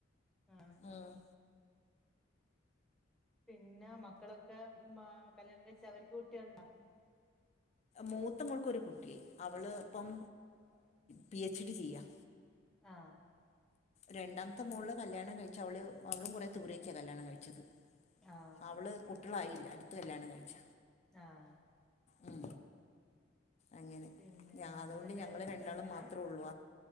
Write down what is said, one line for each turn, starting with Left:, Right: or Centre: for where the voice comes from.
Centre: <unintelligible>
Left: ഉം
Centre: പിന്നെ മക്കളൊക്കെ മ കല്യാണം കഴിച്ച അവർക്ക് കുട്ടികളണ്ടാ
Left: മൂത്തമൾക്കൊരു കുട്ടിയായി അവള് ഇപ്പം പി എച്ച് ഡി ചെയ്യുക
Centre: ആഹ്
Left: രണ്ടാമത്തെ മോള് കല്യാണം കഴിച്ച അവള് അവളും കുറെ ദൂരൊക്കെയാ കല്യാണം കഴിച്ചത്
Centre: ആഹ്
Left: അവള് കുട്ടികളായില്ല അടുത്ത കല്യാണം കഴിച്ച
Centre: ആഹ്
Left: ഉം ഉം
Centre: പിന്നെ
Left: അതുകൊണ്ട്
Centre: ഹസ്ബൻഡ്
Left: ഞങ്ങൾ രണ്ടാളും
Centre: ഗൾഫിലാ
Left: മാത്രേ ഉള്ളൂ